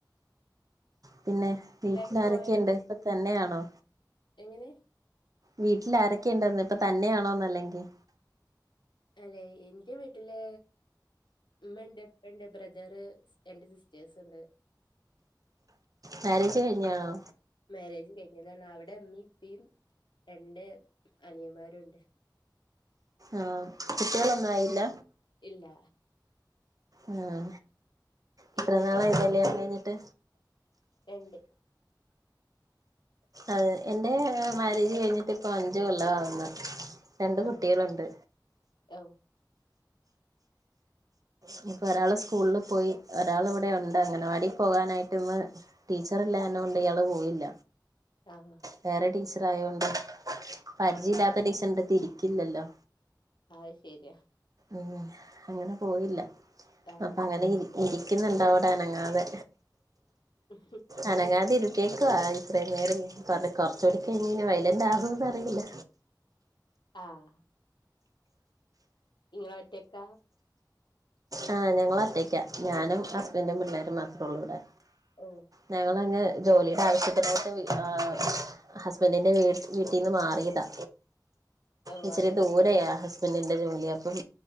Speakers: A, on the right; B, on the left.
A: പിന്നെ വീട്ടിൽ
B: എല്ലാരും
A: ആരൊക്കെയുണ്ട്
B: പോയോ
A: ഇപ്പൊ തന്നെയാണോ
B: എങ്ങനെ
A: വീട്ടിൽ ആരൊക്കെ ഉണ്ടെന്നിട്ട് ഇപ്പൊ തന്നെയാണോന്നല്ലെങ്കിൽ
B: അല്ലെ എൻ്റെ വീട്ടില് ഉമ്മണ്ട് ഇപ്പണ്ട് ബ്രദറ് സ് രണ്ട് സിസ്റ്റേഴ്സ് ഇണ്ട്
A: മാരേജ് കഴിഞ്ഞാണോ
B: മാരേജ് കഴിഞ്ഞതാണ് അവിടെ ഇമ്മീ ഇപ്പിം രണ്ട് അനിയമാരു ഉണ്ട്
A: ആഹ് കുട്ടികളൊന്നും ആയില്ല
B: ഇല്ല
A: ആഹ് ഇത്ര
B: ഇങ്ങക്ക്
A: നാളായി
B: ഏതൊക്കെണ്ട്
A: കല്ല്യാണം കഴിഞ്ഞിട്ട്
B: രണ്ട്
A: അതെ എന്റെ മാരേജ് കഴിഞ്ഞിട്ട് ഇപ്പൊ അഞ്ച് കൊല്ലം ആവുന്ന് രണ്ട്
B: ആഹ്
A: കുട്ടികളുണ്ട്
B: ഓ
A: ഇനിപ്പൊ ഒരാള് സ്കൂള് പോയി ഒരാൾ ഇവിടെ ഉണ്ട് അങ്കനവാടി പോകാനായിട്ട് ഇന്ന് ടീച്ചർല്ലാന്നൊണ്ട് ഇയാള് പോയില്ല
B: ആഹ്
A: വേറെ ടീച്ചർ ആയൊണ്ട് പരിചയ
B: ആഹ്
A: ഇല്ലാത്ത ടീച്ചറിന്റെ അടുതിരിക്കില്ലല്ലോ
B: അയിശെരിയാ
A: ഉം അങ്ങനെ പോയില്ല
B: ആഹ്
A: അപ്പൊ അങ്ങനെയിരി ഇരിക്കുന്നുണ്ട് അവടെ അനങ്ങാതെ
B: <inaudible>
A: അനങ്ങാണ്ടെ ഇരിത്തിയേക്കുവ ഇത്രയും നേരം കൊറച്ചൂടി കഴിഞ്ഞ ഇനി വയലന്റ് ആകോന്ന് അറിയില്ല
B: ആഹ് ഇങ്ങളൊറ്റെക്ക
A: ആഹ് ഞങ്ങളൊറ്റയ്ക്കാ ഞാനും ഹസ്ബൻറും പിള്ളേരും മാത്രേ ഉള്ളൂവടെ
B: ഓഹ്
A: ഞങ്ങളങ്ങ് ജോലിയുടെ ആവശ്യത്തിനായിട്ട് വീ ആഹ് ഹസ്ബൻഡിന്റെ വീട് വീട്ടിന്ന് മാറിയതാ
B: ഓ
A: ഇച്ചിരി
B: അങ്ങനെ
A: ദൂരെയാ ഹസ്ബൻഡിന്റെ ജോലി അപ്പം